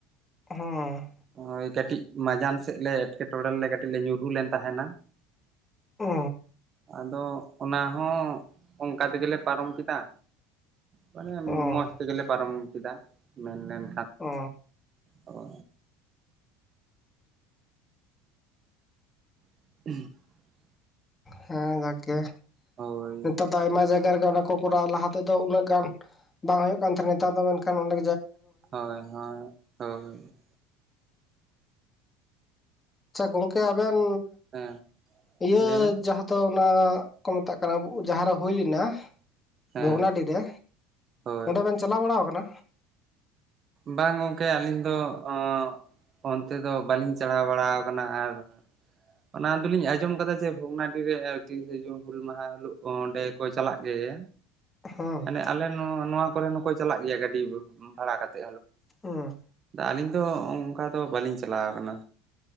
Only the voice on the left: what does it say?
ᱦᱚᱸ
ᱚ
ᱚᱸ
ᱚ
ᱦᱮᱸ ᱜᱟᱠᱮ
ᱱᱮᱛᱟᱨ ᱫᱚ ᱟᱭᱢᱟ ᱡᱟᱭᱜᱟ ᱠᱚᱨᱟᱣ ᱞᱟᱦᱟ ᱛᱮᱫᱚ ᱩᱱᱟᱹᱜ ᱜᱟᱱ ᱵᱟᱝ ᱦᱩᱭᱩᱜ ᱠᱟᱱ ᱛᱟᱦᱮᱸᱱᱟ ᱱᱮᱛᱟᱨ ᱫᱚ ᱢᱮᱱᱠᱷᱟᱱ ᱚᱸᱰᱮ
ᱟᱪᱪᱷᱟ ᱜᱚᱝᱠᱮ ᱟᱵᱮᱱ
ᱤᱭᱟᱹ
ᱡᱟᱦᱟᱸ ᱫᱚ ᱚᱱᱟ ᱠᱚ ᱢᱮᱛᱟᱜ ᱠᱟᱱᱟ᱾ ᱡᱟᱦᱟᱸᱨᱮ ᱦᱩᱭ ᱮᱱᱟ
ᱵᱷᱚᱜᱽᱱᱟᱰᱤ ᱨᱮ
ᱚᱸᱰᱮ ᱵᱮᱱ ᱪᱟᱞᱟᱣ ᱵᱟᱲᱟ ᱟᱠᱟᱱᱟ?
ᱦᱮᱸ
ᱦᱮᱸ